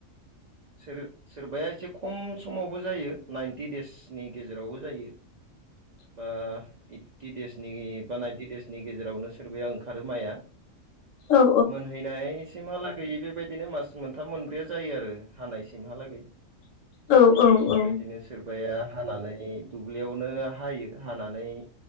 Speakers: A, on the right; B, on the left.
A: सोर-सोरबाया एसे खम समावबो जायो नाइन्टि देसनि गेजेरावबो जायो।
B: <inaudible>
A: ओ ओइटि देसनि बा नाइनटि देसनि गेजेरावनो सोरबाया ओंखारो माया
B: औ
A: मोन हैनाय सिमहालागै बेबायदिनो मास मोनथाम मोनब्रैया जायो आरो हानायसिमहालागै।
B: <inaudible> औ
A: बेबायदिनो
B: औ
A: स सोरबाया हानानै दुब्लियावनो हायो हानानै